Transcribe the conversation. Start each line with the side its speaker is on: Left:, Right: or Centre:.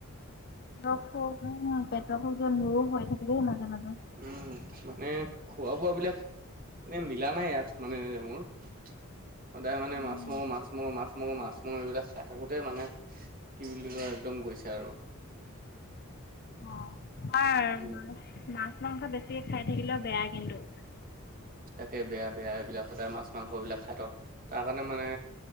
Left: পেটৰ অসুখ উম পেটৰ অসুখ মোৰো হৈ থাকে আ মাজে মাজে।
Right: উম, মানে খোৱা বোৱা বিলাক এনে মিলা নাই ইয়াত মানে মোৰ সদায় মানে
Left: উম
Right: মাছ মঙহ মাছ মঙহ মাছ মই মাছ মঙহ এইবিলাক খাই থাকোতে মানে কি বুলি কয় একদম গৈছে আৰু।
Left: অ' তোমাৰ
Right: উম
Left: মাছ মাছ মাংস বেছিকে খাই থাকিলেও বেয়া কিন্তু।
Right: তাকে বেয়া বেয়া এইবিলাক সদায় মাছ মাংসবিলাক খাই থ তাৰ কাৰণে মানে